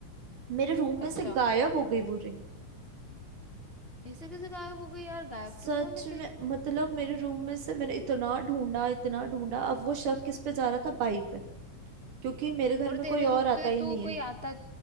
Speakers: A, on the right; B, on the left.
A: मेरे रूम में
B: अच्छा
A: से गायब हो गई वो रिंग
B: ऐसे कैसे गायब हो गई यार गायब
A: सच
B: तो नहीं होने चाहिए
A: में मतलब मेरे रूम में से मैंने इतना ढूंढा इतना ढूंढा अब वो शक किस पे जा रहा था बाई पे क्योंकि मेरे घर
B: और
A: में
B: तेरे
A: कोई
B: यहाँ
A: और आता
B: तो,
A: ही
B: तो
A: नहीं
B: कोई
A: है
B: आता